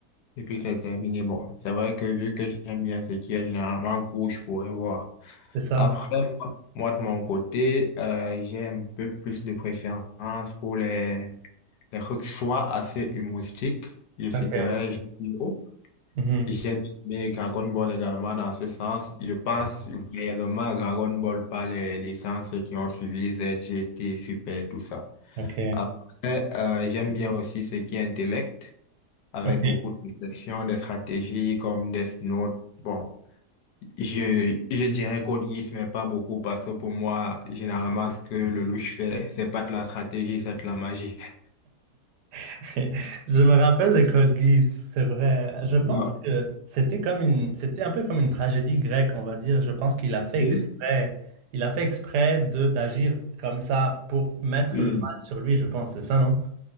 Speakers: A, on the left; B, on the right.
A: Et puis c'est terminé. Bon, c'est vrai que vu que j'aime bien ce qui est généralement court, je pourrais voir.
B: c'est ça.
A: Après, moi, moi, de mon côté, euh, j'ai un peu plus de préférence pour les, les trucs soit assez humoristiques, je citerai
B: Ok.
A: Jeux vidéo,
B: Mhm.
A: J'ai aimé Dragon Ball également dans ce sens. Je pense
B: Ouais,
A: réellement Dragon Ball par les licences qui ont suivi ZGT, Super, tout ça.
B: Ok.
A: Après, euh, j'aime bien aussi ce qui est intellect, avec
B: Ok.
A: beaucoup de réflexion, des stratégies comme Death Note. Bon, je, je dirais Code Geass, mais pas beaucoup parce que pour moi, généralement, ce que le louche fait, c'est pas de la stratégie, c'est de la magie. <laughs>
B: <laughs> Je me rappelle de Code Geass, c'est vrai. Je pense
A: Non.
B: que c'était comme une, c'était un peu comme une tragédie grecque, on va dire. Je pense qu'il a fait exprès,
A: Oui,
B: il a fait exprès de d'agir comme ça pour mettre
A: oui.
B: le mal sur lui, je pense, c'est ça, non?